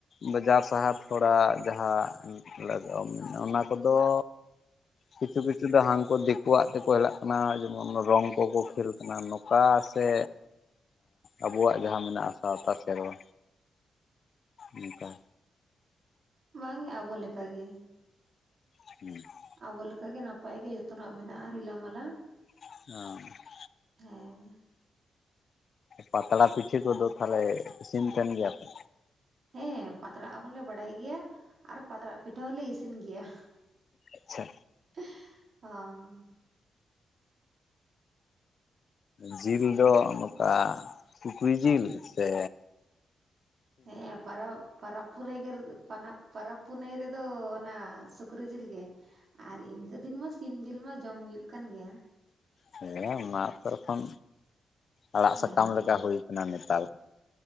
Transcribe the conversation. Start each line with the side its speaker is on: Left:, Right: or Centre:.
Left: ᱵᱟᱡᱟᱨ ᱥᱟᱦᱟᱨ ᱛᱷᱚᱲᱟ ᱡᱟᱦᱟᱸ ᱞᱟᱜᱟᱣ ᱚᱱᱟ ᱠᱚ ᱫᱚᱼᱼ ᱛᱚᱻ ᱠᱤᱪᱷᱩ ᱠᱤᱪᱷᱩ ᱫᱚ ᱦᱟᱱᱠᱩ ᱫᱤᱠᱩᱣᱟᱜ ᱛᱮᱠᱚ ᱦᱮᱞᱟᱜ ᱠᱟᱱᱟ ᱡᱮᱢᱚᱱ ᱨᱚᱝ ᱠᱚᱠᱚ ᱠᱷᱮᱞ ᱠᱟᱱᱟ ᱚᱠᱟ ᱥᱮ ᱟᱵᱚᱣᱟᱜ ᱡᱟᱦᱟᱸ ᱢᱮᱱᱟᱜᱼᱟ ᱥᱟᱶᱛᱟ ᱥᱮᱨᱣᱟᱼᱼ ᱚᱱᱠᱟ
Right: ᱵᱟᱝ ᱜᱮ ᱟᱵᱚ ᱞᱮᱠᱟ ᱜᱮ
Left: <inaudible>
Right: ᱟᱵᱚ ᱞᱮᱠᱟᱜ ᱜᱮ ᱱᱟᱯᱟᱭ ᱜᱮ ᱡᱚᱛᱚᱱᱟᱜ ᱢᱮᱱᱟᱜᱼᱟ ᱨᱤᱞᱟᱹ ᱢᱟᱞᱟᱼᱼ
Left: <unintelligible>
Right: ᱦᱮᱸ
Left: ᱯᱟᱛᱲᱟ ᱯᱤᱴᱷᱟᱹ ᱠᱚᱫᱚ ᱛᱟᱦᱞᱮ ᱤᱥᱤᱱ ᱛᱮᱱ ᱜᱮᱭᱟ ᱯᱮᱼᱼ
Right: ᱦᱮᱸ ᱯᱟᱛᱲᱟ ᱦᱚᱸᱞᱮ ᱵᱟᱰᱟᱭ ᱜᱮᱭᱟ ᱟᱨ ᱯᱟᱛᱲᱟ ᱯᱤᱴᱷᱟᱹ ᱦᱚᱞᱮ ᱤᱥᱤᱱ ᱜᱮᱭᱟ
Left: ᱟᱪᱪᱷᱟ
Right: <unintelligible>
Left: ᱡᱤᱞ ᱫᱚ ᱱᱚᱠᱟ ᱥᱩᱠᱨᱤ ᱡᱤᱞ ᱥᱮᱼᱼ
Right: ᱦᱮᱸ ᱯᱟᱨᱟᱣᱼᱼ ᱯᱚᱨᱚᱵᱽ ᱯᱷᱩᱨᱟᱹᱭ ᱜᱮ <unintelligible> ᱯᱚᱨᱚᱵᱽ ᱯᱩᱱᱟᱹᱭ ᱨᱮᱫᱚ ᱚᱱᱟ ᱥᱩᱠᱨᱤ ᱡᱤᱞ ᱜᱮ ᱟᱨ ᱤᱱᱠᱟᱹ ᱫᱤᱱ ᱢᱟ ᱥᱤᱢ ᱡᱤᱞ ᱢᱟ ᱡᱚᱢ ᱦᱩᱭᱩᱜ ᱠᱟᱱ ᱜᱮᱭᱟ
Left: ᱦᱮᱸ ᱢᱟ <unintelligible> ᱠᱷᱚᱱ ᱟᱲᱟᱜ
Right: ᱦᱮᱸ
Left: ᱥᱟᱠᱟᱢ ᱞᱮᱠᱟ ᱦᱩᱭ ᱠᱟᱱᱟ ᱱᱮᱛᱟᱨ ᱫᱚ